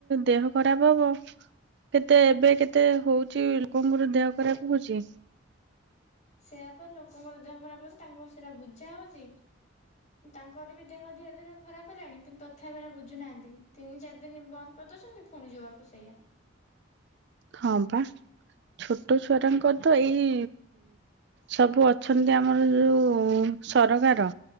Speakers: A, on the right (about 55°); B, on the left (about 35°).
A: ଦେହ ଖରାପ ହବ କେତେ ଏବେ କେତେ ହଉଛି ଲୋକଙ୍କର ଦେହ ଖରାପ ହଉଛି।
B: ସେୟାପା ଲୋକଙ୍କର ଦେହ ଖରାପ ହଉଛି ତାଙ୍କୁ ସେଇଟା ବୁଝା ହଉଛି। ତାଙ୍କ। ମୋତେ ବି ଦେହ ଧୀରେ ଧୀରେ ଖରାପ ହେଲାଣି କିନ୍ତୁ ତଥାପିାର ବୁଝୁନାହାନ୍ତି ତିନି ଚାରି ଦିନ ବନ୍ଦ କରିଦଉଛନ୍ତି ଫୁ ପୁଣି ଯେଆକୁ ସେୟା।
A: ହଁ ବା ଛୋଟ ଛୁଆରଙ୍କର ତ ଏଇ ସବୁ ଅଛନ୍ତି ଆମର ଯୋଉ ସରକାର